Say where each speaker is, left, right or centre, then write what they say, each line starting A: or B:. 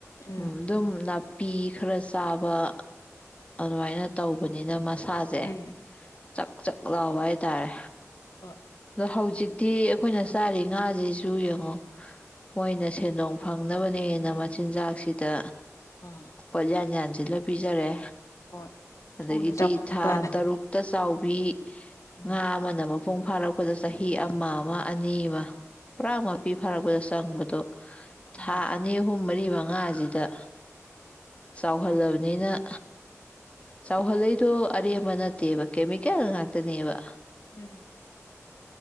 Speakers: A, on the left; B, on the left.
A: ꯎꯝ
B: ꯑꯗꯨꯝ ꯄꯤ ꯈꯔ ꯆꯥꯕ ꯑꯗꯨꯃꯥꯏꯅ ꯇꯧꯕꯅꯤꯅꯁ ꯁꯥꯥꯁꯦ
A: ꯎꯝ
B: ꯆꯥꯛ ꯆꯥꯛ ꯂꯥꯎꯕ ꯍꯥꯏ ꯇꯥꯔꯦ
A: ꯑꯣ
B: ꯍꯧꯖꯤꯛꯇꯤ ꯑꯩꯈꯣꯏꯅ ꯆꯥꯔꯤ ꯉꯥꯁꯤꯁꯨ ꯌꯦꯡꯉꯣ ꯃꯣꯏꯅ ꯁꯦꯟꯗꯣꯡ ꯐꯪꯅꯕꯅꯦ ꯍꯦꯟꯅ ꯃꯆꯤꯟꯖꯥꯛꯁꯤꯗ
A: ꯑꯥ
B: ꯄ ꯌꯥꯅꯤꯖꯅꯤꯁꯤ ꯁꯤꯗ ꯄꯤꯖꯔꯦ
A: ꯍꯣꯏ
B: ꯑꯗꯒꯤꯗꯤ
A: ꯊꯨꯅ ꯆꯥꯎꯈꯠꯅꯕꯅ
B: ꯊꯥ ꯇꯔꯨꯛꯇ ꯆꯥꯎꯕꯤ
A: ꯎꯝ
B: ꯉꯥ ꯑꯃꯅ ꯃꯄꯨꯡ ꯐꯥꯔꯛꯄꯗ ꯆꯍꯤ ꯑꯃ ꯑꯃ ꯑꯅꯤ ꯑꯃ ꯄꯨꯔꯥ ꯃꯄꯤ ꯐꯥꯔꯛꯄꯗ ꯆꯪꯕꯗꯣ ꯊꯥ
A: ꯎꯝ
B: ꯑꯅꯤ ꯑꯍꯨꯝ ꯄꯨꯡ ꯃꯔꯤ ꯃꯉꯥꯁꯤꯗ ꯆꯥꯎꯍꯜꯂꯕꯅꯤꯅ ꯆꯥꯎꯍꯜꯂꯩꯗꯣ ꯑꯔꯦꯝꯕ ꯅꯠꯇꯦꯕ ꯀꯦꯃꯤꯀꯦꯜ ꯉꯥꯛꯇꯅꯦꯕ
A: ꯎꯝ